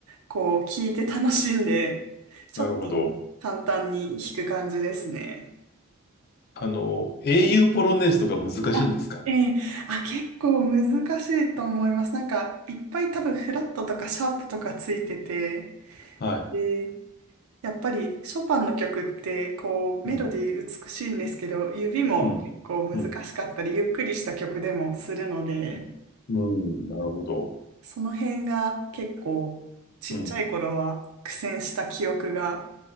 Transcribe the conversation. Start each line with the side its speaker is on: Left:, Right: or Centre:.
Right: こう、聴いて楽しんで、ちょっと簡単に弾く感じですね。
Left: なるほど。あの、英雄ポロネーズとか難しいんですか
Right: あ、ええあ、結構難しいと思います。なんか、いっぱい多分フラットとかシャープとかついてて、
Left: はい。
Right: で、やっぱりショパンの曲って、こう、
Left: うん、
Right: メロディー美しいんですけど、指も結構難しかったり、
Left: うん、うん、
Right: ゆっくりした曲でもするので、
Left: うん、うんなるほど。
Right: その辺が結構、ちっちゃい頃は苦戦した記憶が
Left: うん。